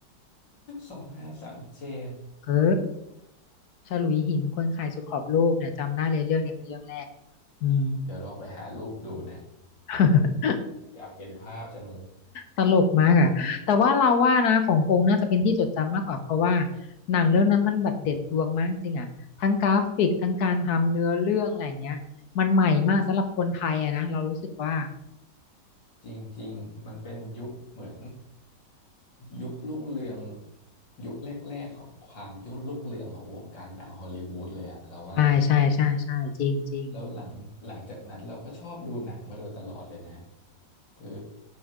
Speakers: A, on the left (about 80°); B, on the left (about 60°).
A: สองห้าสามเจ็ด
B: เออ ฉลุยหินคนขายสุดขอบโลกเนี่ยจำได้เลยเรื่องเนี้ยเป็นเรื่องแรกอืม
A: เดี๋ยวลองไปหารูปดูนะ
B: <laughs>
A: อยากเห็นภาพจังเลย
B: ตลกมากอะแต่ว่าเราว่านะของพงษ์น่าจะเป็นที่จดจำมากกว่าเพราะว่าหนังเรื่องนั้นมันแบบเด็ดดวงมากจริงอะทั้งกราฟิกทั้งการทำเนื้อเรื่องอะไรอย่างเงี้ยมันใหม่มากสำหรับคนไทยอะนะเรารู้สึกว่า
A: จริงๆมันเป็นยุคเหมือนยุครุ่งเรืองยุคแรกๆของความยุครุ่งเรืองของวงการหนังฮอลลีวูดเลยอะเราว่า
B: ใช่ใช่ใช่ใช่จริงจริง
A: แล้วหลังหลังจากนั้นเราก็ชอบดูหนังมาโดยตลอดเลยนะคือ